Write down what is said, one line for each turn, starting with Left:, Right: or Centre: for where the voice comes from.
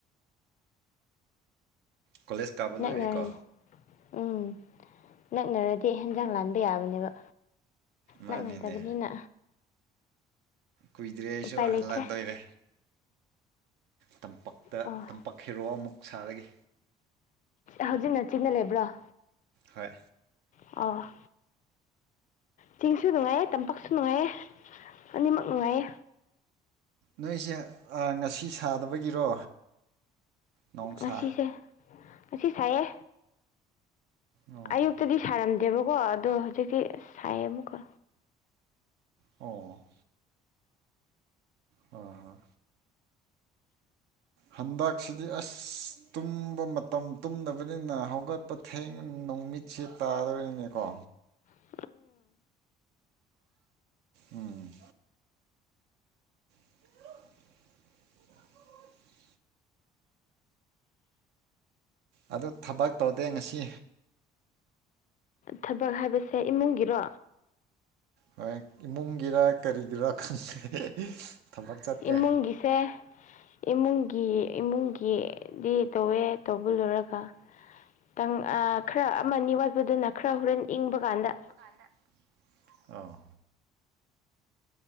Right: ꯀꯣꯂꯦꯖ ꯀꯥꯕ ꯂꯣꯏꯔꯦꯀꯣ
Left: ꯍ ꯉꯔꯦ ꯎꯝ ꯅꯛꯅꯔꯗꯤ ꯍꯟꯖꯥꯡ ꯂꯥꯟꯕ ꯌꯥꯕꯅꯦꯕ
Right: ꯃꯥꯅꯤꯅꯦ
Left: ꯅꯛꯅꯗꯕꯅꯤꯅ
Right: ꯀꯨꯏꯗ꯭ꯔꯦ ꯑꯩꯁꯨ
Left: ꯎꯄꯥꯏ
Right: ꯍꯍꯜꯂꯛꯗꯣꯏꯔꯦ
Left: ꯂꯩꯇ꯭ꯔꯦ
Right: ꯇꯝꯄꯛꯇ
Left: ꯑꯣ
Right: ꯇꯝꯄꯛ ꯍꯦꯔꯣ ꯑꯃꯨꯛ ꯁꯥꯔꯒꯦ
Left: ꯍꯧꯖꯤꯛ ꯅꯆꯤꯟꯅ ꯂꯩꯕ꯭ꯔꯥ
Right: ꯍꯣꯏ
Left: ꯑ ꯆꯤꯡꯁꯨ ꯅꯨꯡꯉꯥꯏꯌꯦ ꯇꯝꯄꯥꯛꯁꯨ ꯅꯨꯡꯉꯥꯏꯌꯦ ꯑꯅꯤꯃꯛ ꯅꯨꯡꯉꯥꯏꯌꯦ
Right: ꯅꯣꯏꯁꯦ ꯉꯁꯤ ꯁꯥꯗꯕꯒꯤꯔꯣ ꯅꯣꯡꯁꯥ
Left: ꯉꯁꯤꯁꯦ ꯉꯁꯤ ꯁꯥꯏꯌꯦ
Right: ꯑꯣ
Left: ꯑꯌꯨꯛꯇꯗꯤ ꯁꯥꯔꯝꯗꯦꯕꯀꯣ ꯑꯗꯣ ꯍꯧꯖꯤꯛꯇꯤ ꯁꯥꯏꯌꯦ ꯑꯃꯨꯛꯀ
Right: ꯑꯣ ꯑꯣ ꯍꯟꯗꯛꯁꯤꯗꯤ ꯑꯁ ꯇꯨꯝꯕ ꯃꯇꯝ ꯇꯨꯝꯗꯕꯅꯤꯅ ꯍꯧꯒꯠ ꯄꯊꯦꯡ ꯅꯨꯣꯡꯃꯤꯠꯁꯦ ꯇꯥꯗꯣꯔꯤꯅꯦꯀꯣ
Left: ꯎꯝ
Right: ꯎꯝ <inaudible> ꯑ ꯊꯕꯛ ꯇꯧꯗꯦ ꯉꯁꯤ
Left: ꯊꯕꯛ ꯍꯥꯏꯕꯁꯦ ꯏꯃꯨꯡꯒꯤꯔꯣ
Right: ꯍꯣꯏ ꯏꯃꯨꯡꯒꯤꯔꯥ ꯀꯔꯤꯒꯤꯔꯥ ꯈꯪꯗꯦ ꯊꯕꯛ ꯆꯠꯇꯦ
Left: ꯏꯃꯨꯡꯒꯤꯁꯦ ꯏꯃꯨꯡꯒꯤ ꯏꯃꯨꯡꯒꯤꯗꯤ ꯇꯧꯋꯦ ꯇꯧꯕ ꯂꯣꯏꯨꯔꯒ ꯈꯤꯇꯪ ꯈꯔ ꯑꯃꯅꯤ ꯋꯥꯠꯄꯗꯨꯅ ꯈꯔ ꯍꯣꯔꯦꯟ ꯏꯪꯕ ꯀꯥꯟꯗ
Right: ꯀꯥꯟꯗ ꯑꯥ